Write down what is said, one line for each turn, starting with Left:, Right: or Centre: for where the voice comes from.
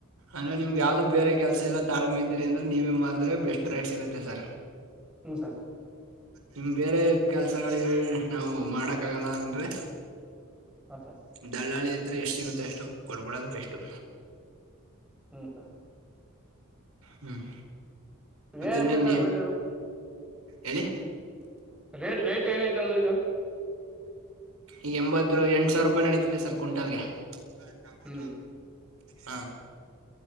Right: ಅಂದ್ರೆ ನಿಮ್ಗೆ ಯಾವವು್ದು ಬೇರೆ ಕೆಲಸ ಎಲ್ಲ ತಾಳ್ಮೆ ಇದ್ದೀರಿ ಅಂದ್ರೆ ನೀವೇ ಮಾರಿದ್ರೆ ಬೆಸ್ಟ್ ರೈಟ್ ಸಿಗುತ್ತೆ ಸರ್
Centre: ಹ್ಮಞ ಸ
Right: ನಿಮ್ ಬೇರೆ ಕೆಲ್ಸಗಳ ನಾವವು ಮಾಡಕ್ ಆಗಲ್ಲ ಅಂದ್ರೆ
Centre: ಹಾ ಸರ್
Right: ದಾಳಿ ಎಷ್ಟು ಸಿಗುತ್ತೆ ಎಷ್ಟು ಕೊಡ್ಬಿಡದು್ ಬೆಷ್ಟು
Centre: ಹ್ಮ್ ಹಾ
Right: ಹ್ಮ್ ಮತ್ತೆ
Centre: ಏನ್ಯತ
Right: ಇನ್ನೇನ್
Centre: ಸರ್
Right: ನೀ
Centre: ರೇ ಅದು
Right: ಹೇಳಿ
Centre: ರೇಟ್ ರೇಟ್ ಏನಾಯತ ಅದು ಈಗ
Right: ಈಗ ಎಂಬತ್ತು ಎಂಟು ಸಾವಿರ ರೂಪಾಯಿ ನಡೀತಿದೆ ಸರ್ ಕ್ವಿಂಟಲ್ಗೆ ಹ ಟಮಟ
Centre: ಹ್ಮ್
Right: ಹಾ